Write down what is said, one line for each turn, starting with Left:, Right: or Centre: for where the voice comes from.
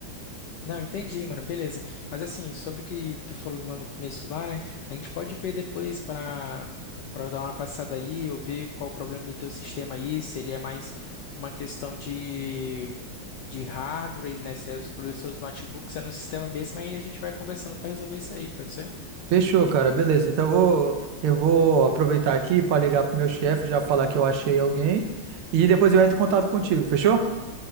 Left: Não, entendi, mano, beleza. Mas assim, sobre o que tu falou lá no começo lá, né? A gente pode ver depois para para dar uma passada aí, eu ver qual o problema do teu sistema aí, se ele é mais uma questão de de hardware, né? Se é os problemas dos seus notebooks é no sistema mesmo, aí a gente vai conversando para resolver isso aí, pode ser?
Right: Fechou, cara. Beleza. Então eu vou, eu vou aproveitar aqui para ligar pro meu chefe, já falar que eu achei alguém e depois eu entro em contato contigo. Fechou?